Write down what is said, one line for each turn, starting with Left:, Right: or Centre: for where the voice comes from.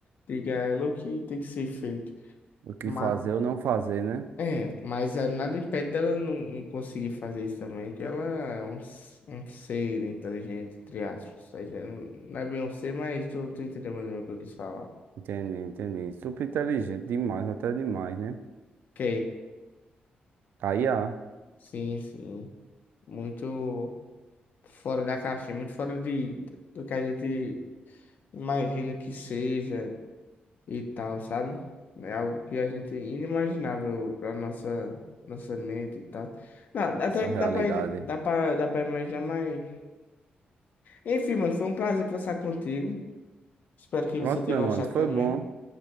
Left: diga a ela o que tem que ser feito.
Right: O que
Left: Mas,
Right: fazer ou não fazer, né?
Left: é, mas é, nada impede dela não não conseguir fazer isso também, que ela é um, s- um ser inteligente, entre aspas. Ou seja, Não não é bem um ser, mas tu, tu entendeu mais ou menos o que eu quis falar.
Right: Entendi, entendi. Super inteligente, demais, até demais, né?
Left: Ok,
Right: A IA,
Left: sim, sim. Muito fora da caixinha, muito fora de, do que a gente imagino que seja e tal, sabe? É algo que a gente inimaginável para nossa nossa mente e tal. Não,
Right: nossa
Left: até que
Right: realidade.
Left: dá para dá para dá para imaginar, mas enfim, mano, foi um prazer conversar contigo. Espero que
Right: Pronto,
Left: você tenha
Right: meu
Left: gostado
Right: mano, foi
Left: também.
Right: bom.